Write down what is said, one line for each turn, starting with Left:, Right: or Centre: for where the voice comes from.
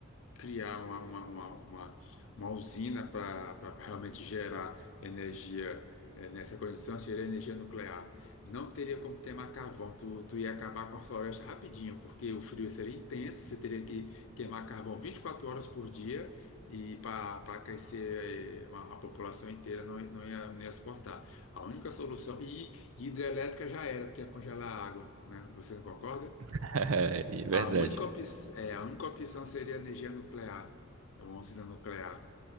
Left: criar uma, uma, uma, uma, uma usina para realmente gerar energia eh, nessa condição, seria energia nuclear. Não teria como queimar carvão, tu, tu ia acabar com a floresta rapidinho, porque o frio seria intenso, você teria que queimar carvão 24 horas por dia. E para aquecer eh, uma- a população inteira não, não ia, não ia suportar. A única solução. E hidrelétrica já era, porque ia congelar a água, né? Você não concorda?
Right: <laughs> É, é
Left: A
Right: verdade.
Left: única, op- é, a única opção seria energia nuclear, é uma usina nuclear.